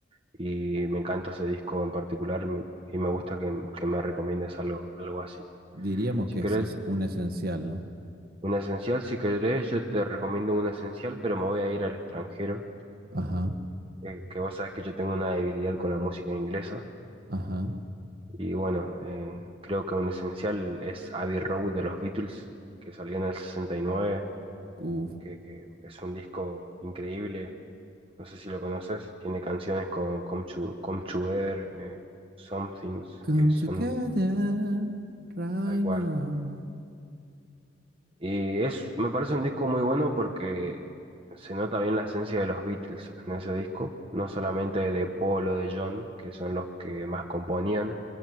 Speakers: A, on the right; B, on the right.
A: y me encanta ese disco en particular me- y me gusta que, que me recomiendes algo, algo así.
B: Diríamos
A: Si
B: que
A: querés
B: ese es un esencial, ¿no?
A: un esencial, si querés yo te recomiendo un esencial, pero me voy a ir al extranjero
B: Ajá,
A: eh, que vos sabés que yo tengo una debilidad con la música inglesa.
B: ajá,
A: Y bueno, eh, creo que un esencial es Abbey Road de los Beatles, que salió en el 69,
B: uff.
A: que, que es un disco increíble. No sé si lo conoces. Tiene canciones como Come to, Come to eh, Some Things,
B: Come
A: que son
B: together right
A: tal cual.
B: now.
A: Y es, me parece un disco muy bueno porque se nota bien la esencia de los Beatles en ese disco, no solamente de Paul o de John, que son los que más componían,